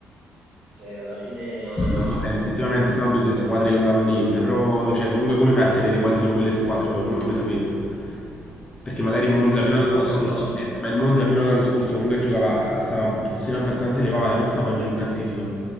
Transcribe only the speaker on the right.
Cioè, alla fine...
No,
però tu
ti,